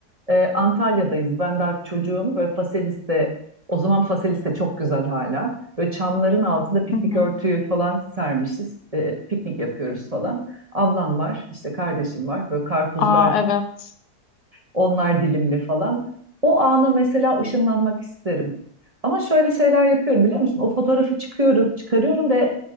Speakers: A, on the right (about 25°); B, on the left (about 75°).
A: Ee, Antalya'dayız. Ben daha çocuğum. Böyle Faselis'te o zaman Faselis'te çok güzel hala. Böyle çamların altında piknik
B: Hı hı.
A: örtüyü falan sermişiz. Ee, piknik yapıyoruz falan. Ablam var, işte kardeşim var. Böyle karpuzlar
B: Aa evet.
A: onlar dilimli falan. O ana mesela ışınlanmak isterim. Ama şöyle şeyler yapıyorum biliyor musun? O fotoğrafı çıkıyorum, çıkarıyorum ve